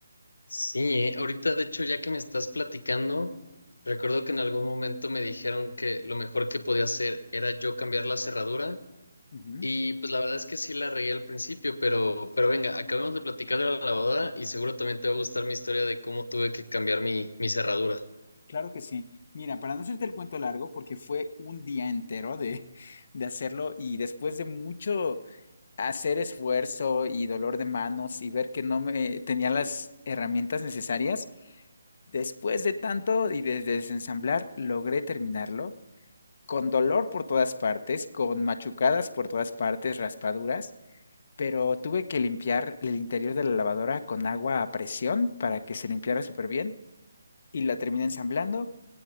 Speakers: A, on the left (about 75°); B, on the left (about 50°).
A: Sí, eh, ahorita de hecho ya que me estás platicando, recuerdo que en algún momento me dijeron que lo mejor que podía hacer era yo cambiar la cerradura
B: Ujú.
A: Y pues la verdad es que sí la regué al principio, pero, pero venga, acabamos de platicar de la lavadora y seguro también te va a gustar mi historia de cómo tuve que cambiar mi, mi cerradura.
B: Claro que sí. Mira, para no hacerte el cuento largo, porque fue un día entero de, <laughs> de hacerlo y después de mucho hacer esfuerzo y dolor de manos y ver que no me tenía las herramientas necesarias, Después de tanto y de desensamblar, logré terminarlo, con dolor por todas partes, con machucadas por todas partes, raspaduras, pero tuve que limpiar el interior de la lavadora con agua a presión para que se limpiara súper bien y la terminé ensamblando.